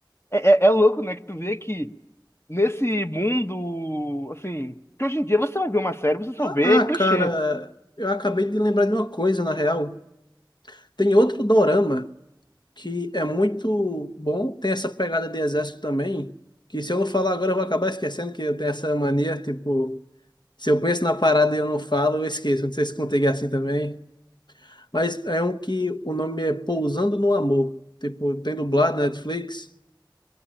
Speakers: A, on the left (about 30°); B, on the left (about 65°).
A: é, é, é louco, né, que tu vê que nesse mundo, assim, que hoje em dia você vai ver uma série, você só
B: Ah,
A: vê
B: ah,
A: clichê.
B: cara, eu acabei de lembrar de uma coisa, na real. Tem outro dorama que é muito bom, tem essa pegada de exército também, que se eu não falar agora eu vou acabar esquecendo que eu tenho essa mania, tipo, se eu penso na parada e eu não falo, eu esqueço. Não sei se contigo é assim também, mas é um que o nome é Pousando no Amor, tipo, tem dublado na Netflix,